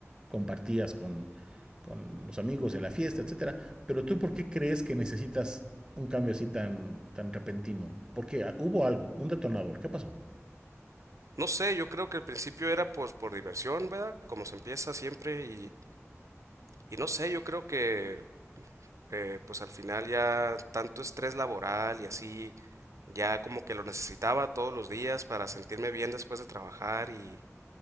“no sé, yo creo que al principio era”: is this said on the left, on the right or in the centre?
Right